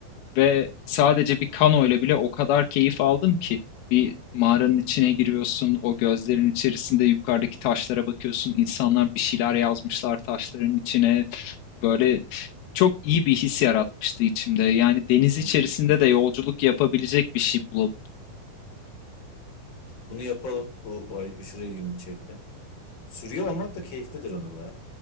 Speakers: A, on the left; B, on the left.
A: ve sadece bir kanoyla bile o kadar keyif aldım ki bir mağaranın içine giriyorsun, o gözlerin içerisinde yukarıdaki taşlara bakıyorsun, insanlar bir şeyler yazmışlar taşların içine böyle çok iyi bir his yaratmıştı içimde. Yani deniz
B: Mü-
A: içerisinde
B: müthişmiş.
A: de yolculuk yapabilecek bir şey bulalım.
B: Bunu yapalım. Bu bay aşırı ilgimi çekti. Sürüyor olmak da keyiflidir onu baya.